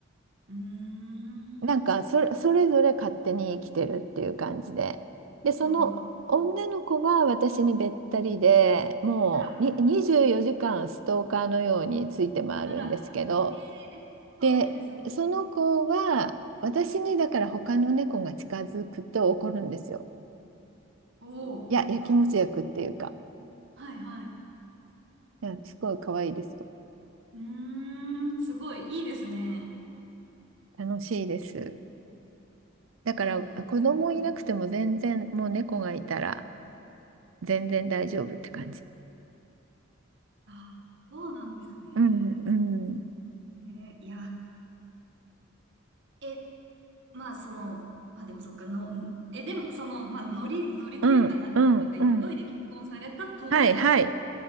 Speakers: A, on the right (about 60°); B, on the right (about 80°).
A: うーん、
B: なんかそれ、
A: そう。
B: それぞれ勝手に生きてるっていう感じで。で、その女の子は私にべったりで、
A: なるほど。
B: もうに24時間ストーカーのようについて回るんですけど、
A: あら、かわいい。あら、えー、かわいいですね。
B: で、その子は私にだから他の猫が近づくと怒るんですよ。
A: お
B: いや、やきもち焼くっていうか、
A: ー、はいはい。
B: いや、すごい可愛いですよ。
A: うーん、すごい、いいですね。
B: 楽しいです。だから子供いなくても全然もう猫がいたら
A: なるほど。はい。
B: 全然大丈夫って感じ。
A: あー、そうなんですね。
B: うんうん。
A: えーいや、え、まあ、その、あ、でもそっか、の、んえ、でも、その、まあ、ノリ、ノリというか、
B: うん、
A: 流れというか、
B: うん、うん。
A: 勢いで結婚されたとは、
B: はい、はい。